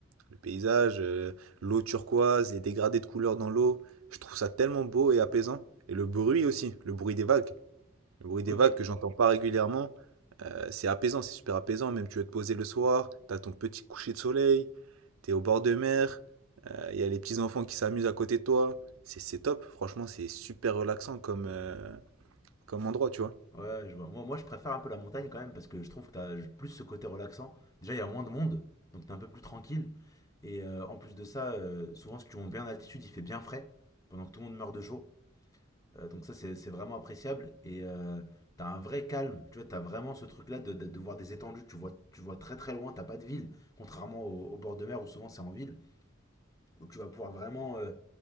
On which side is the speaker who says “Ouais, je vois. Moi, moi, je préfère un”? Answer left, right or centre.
Left